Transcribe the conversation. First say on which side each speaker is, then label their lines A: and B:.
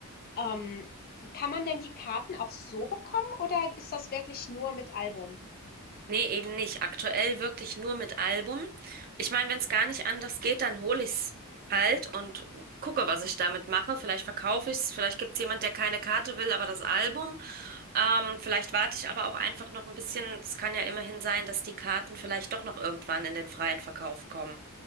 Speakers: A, on the left (about 45°); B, on the right (about 40°).
A: Ähm, kann man denn die Karten auch so bekommen oder ist das wirklich nur mit Album?
B: Nee, eben nicht. Aktuell wirklich nur mit Album. Ich meine, wenn es gar nicht anders geht, dann hole ich's halt und gucke, was ich damit mache. Vielleicht verkaufe ich's, vielleicht gibt's jemand, der keine Karte will, aber das Album. Ähm, vielleicht warte ich aber auch einfach noch ein bisschen. Es kann ja immerhin sein, dass die Karten vielleicht doch noch irgendwann in den freien Verkauf kommen.